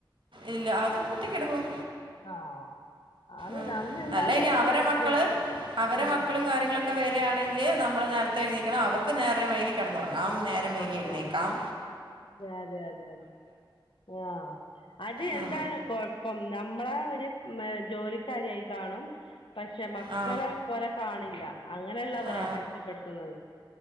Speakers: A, on the right; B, on the left.
A: ഇല്ല അതും ഒറ്റക്കെടുക്കും.
B: ആഹ് അത്
A: ആഹ്
B: നമ്മ ഇണ്ടാവുമ്പോ
A: അല്ല ഇനി
B: ഒരു
A: അവരെ മക്കള്
B: ജോ
A: അവരെ
B: ആഹ്
A: മക്കളും കാര്യങ്ങള ക്കെ വരാണെങ്കിൽ നമ്മള് നേരത്തെ എണീക്കണം അവർക്ക് നേരെ വൈകി കെടന്നൊറ നാം നേരംവൈകി
B: അതെ
A: എഴ്ന്നേക്കാം
B: അതെ അതെ അതെ അതെ ആ അത് എന്താണ്
A: ഉം.
B: കൊഴപ്പം മ്മളെ ഒരു മ് ജോലിക്കാരിയായി കാണും പക്ഷെ മക്കളെ
A: ആ
B: പോലെ കാണില്ല. അങ്ങനെള്ളവരാ
A: ആ
B: കഷ്ടപ്പെടുത്തുന്നത്.